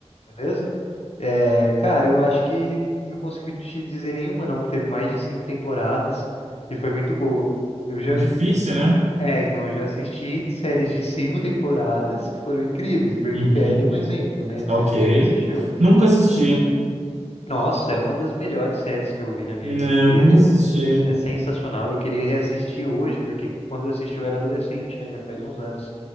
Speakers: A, on the left (about 65°); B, on the right (about 85°).
A: Beleza? É, cara, eu acho que não consigo te dizer nenhuma, não, que teve mais de cinco temporadas, que foi muito boa. Eu já,
B: Difícil, né?
A: é, então, eu já assisti séries de cinco temporadas que foram incríveis. Breaking
B: Uhum.
A: Bad é um exemplo, né? Não
B: Ok.
A: sei se você já assistiu.
B: Nunca assisti.
A: Nossa, é uma das melhores séries que eu vi na minha
B: Não,
A: vida inteira.
B: Eu nunca assisti.
A: É sensacional. Eu queria reassistir hoje, porque quando eu assisti eu era adolescente, né? Já faz uns anos.